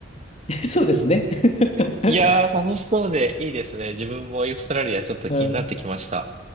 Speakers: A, on the left (about 30°); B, on the right (about 35°).
A: <laughs> そうですね。
B: <laughs>
A: <laughs>
B: いやー、楽しそうでいいですね。自分もオーストラリアちょっと気になってきました。
A: うん